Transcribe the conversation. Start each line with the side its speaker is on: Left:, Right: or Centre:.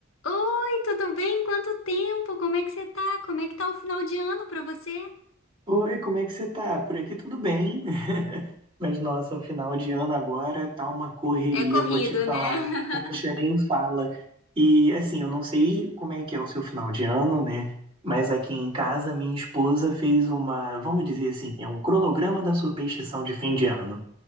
Left: Oi, tudo bem? Quanto tempo? Como é que você tá? Como é que tá o final de ano pra você?
Right: Oi, como é que você tá? Por aqui tudo bem. <laughs> Mas nossa, o final de ano agora tá uma correria,
Left: É corrido,
Right: vou te falar.
Left: né? <laughs>
Right: Poxa, nem fala. E assim, eu não sei como é que é o seu final de ano, né? Mas aqui em casa minha esposa fez uma, vamos dizer assim, é um cronograma da superstição de fim de ano.